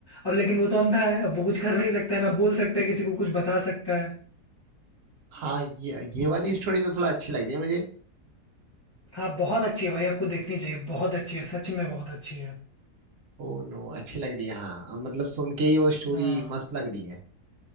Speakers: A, on the left; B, on the right.
A: अब लेकिन वो तो अंधा है अब वो कुछ कर नहीं सकता है ना बोल सकता है किसी को कुछ बता सकता है
B: हाँ ये ये वाली स्टोरी तो थोड़ा अच्छी लग रही है मुझे
A: हाँ बहुत अच्छी है भाई आपको देखनी चाहिए बहुत अच्छी है सच में बहुत अच्छी है
B: ओ नो अच्छी लग रही है हाँ मतलब सुन के ही वो स्टोरी
A: हाँ
B: मस्त लग रही है